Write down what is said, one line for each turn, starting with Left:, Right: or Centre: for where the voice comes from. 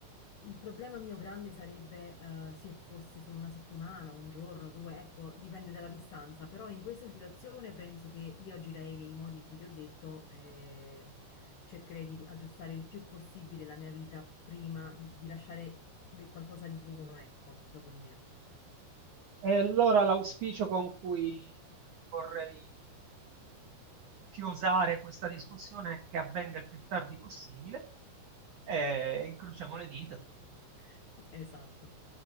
Left: Il problema mio grande sarebbe eh, se fosse solo una settimana, un giorno, due, ecco, dipende dalla distanza, però in questa situazione penso che io agirei nei modi in cui ti ho detto, eh, cercherei di aggiustare il più possibile la mia vita prima di, di lasciare de- qualcosa di buono, ecco, dopo di me.
Right: E allora l'auspicio con cui vorrei chiosare questa discussione è che avvenga il più tardi possibile e incrociamo le dita.
Left: <laughs> Esatto.